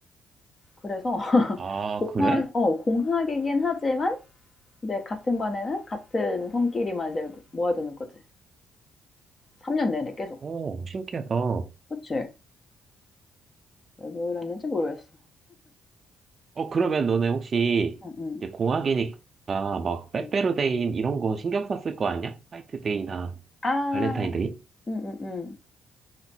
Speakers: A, on the left (about 35°); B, on the right (about 45°).
A: 그래서 <laughs>
B: 아,
A: 공학,
B: 그래?
A: 어, 공학이긴 하지만 이제 같은 반에는 같은 성끼리만 이제 모아두는 거지. 3년 내내 계속.
B: 오, 신기하다. 어,
A: 그치? 왜 그랬는지 모르겠어.
B: 그러면 너네 혹시
A: 응, 응.
B: 이제 공학이니까 막 빼빼로데이
A: 응.
B: 이런 거 신경 썼을 거 아니야? 화이트데이나
A: 아,
B: 발렌타인데이?
A: 응, 응, 응.